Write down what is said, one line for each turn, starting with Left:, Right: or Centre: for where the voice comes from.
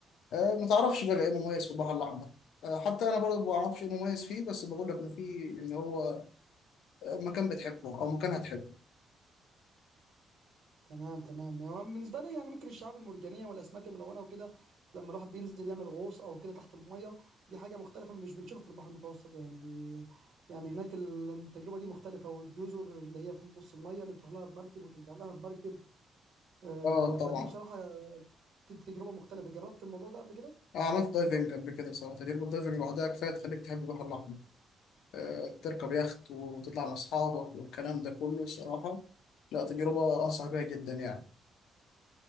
Left: آه ما تعرفش بقى ايه المميز في البحر الاحمر آه حتى انا برضه ما اعرفش ايه المميز فيه بس بقول لك ان في ان هو آه، مكان بتحبه او مكان هتحبه
Right: تمام تمام هو بالنسبه لي يعني ممكن الشعاب المرجانيه والاسماك الملونه وكده لما الواحد بينزل يعمل غوص او كده تحت الميه دي حاجه مختلفه مش بنشوفها في البحر المتوسط يعني يعني هناك التجربه دي مختلفه والجزر اللي هي في نص الميه اللي بتروح لها بمركب وترجع لها بمركب آه،
Left: اه
Right: فدي
Left: طبعا
Right: بصراحه ت- تجربه مختلفه جربت الموضوع ده قبل كده
Left: أنا عملت دايفنج قبل كده بصراحة تجربة الدايفنج لوحدها كفاية تخليك تحب البحر الأحمر آه، تركب يخت وتطلع مع أصحابك والكلام ده كله الصراحة لا تجربة أنصح بيها جدا يعني